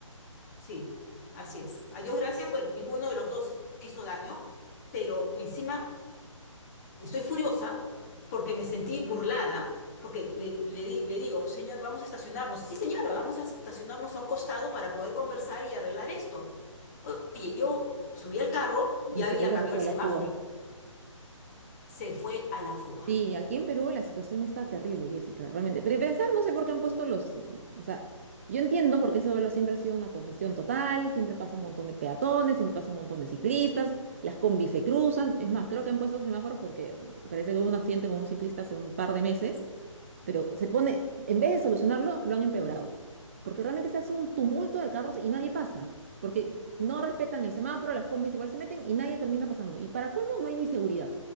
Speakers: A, on the left (about 30°); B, on the right (about 25°).
A: sí, así es. A Dios gracias, bueno, ninguno de los dos se hizo daño, pero encima Estoy furiosa porque me sentí burlada, porque le, le di- le digo, señor, vamos a estacionarnos. Sí, señora, vamos a estacionarnos a un costado para poder conversar y arreglar esto. Oye, yo subí al carro, ya
B: Y seguro
A: había cambiado
B: se fue
A: el semáforo,
B: a la fuga.
A: y se fue a la fuga.
B: Sí, aquí en Perú la situación está terrible, Jessica, realmente. Pero en pensar, no sé por qué han puesto los... O sea, yo entiendo por qué ese vuelo siempre ha sido una congestión total, siempre pasa un montón de peatones, siempre pasa un montón de ciclistas, las combis se cruzan. Es más, creo que han puesto semáforos porque mm, parece que hubo un accidente con un ciclista hace un par de meses pero se pone, en vez de solucionarlo, lo han empeorado. Porque realmente se hace un tumulto de carros y nadie pasa. Porque no respetan el semáforo, las combis igual se meten y nadie termina pasando. Y para colmo no hay ni seguridad.